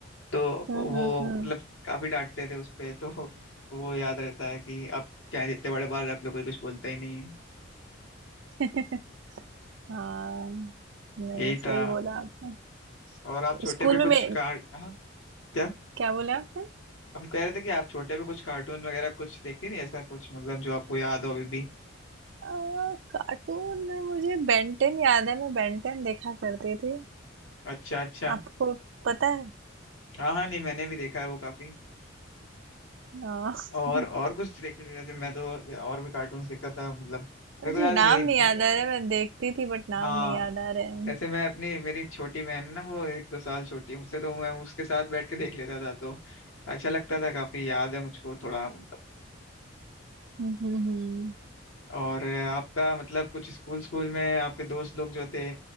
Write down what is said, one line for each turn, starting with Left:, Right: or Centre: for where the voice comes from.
Left: तो
Right: हम्म।
Left: वो
Right: हम्म
Left: मतलब काफी डांटते थे उस पे तो वो याद रहता है कि अब क्या है, जितने बड़े बाल रख लो कोई कुछ बोलता ही नहीं है
Right: <laughs> हाँ नहीं
Left: यही
Right: सही
Left: था
Right: बोला आपने
Left: और आप छोटे
Right: स्कूल
Left: पे कुछ
Right: <laughs> में मैं
Left: कार हाँ क्या
Right: क्या बोले आपने
Left: हम कह रहे थे कि आप छोटे पे कुछ कार्टून वगैरह कुछ देखती थी ऐसा कुछ मतलब जो आपको याद हो अभी भी
Right: आ, कार्टून में मुझे बेंटेन याद है मैं बेंटेन देखा करती थी
Left: अच्छा अच्छा
Right: आपको पता है
Left: हाँ हाँ नहीं मैंने भी देखा है वो काफी
Right: हाँ <laughs>
Left: और और कुछ देखते थे जैसे मैं तो और भी कार्टून देखता था मतलब मेरे
Right: मुझे
Left: को याद है
Right: नाम
Left: मेरी
Right: नहीं याद आ रहा है, मैं देखती थी बट नाम
Left: हाँ
Right: नहीं याद आ रहे हैं
Left: वैसे मैं अपनी मेरी छोटी बहन है ना वो एक दो साल छोटी है मुझसे तो मैं उसके साथ बैठ के देख लेता था तो अच्छा लगता था काफी याद है मुझको थोड़ा मतलब
Right: हम्म हम्म, हम्म।
Left: और आपका मतलब कुछ स्कूल स्कूल में आपके दोस्त लोग जो थे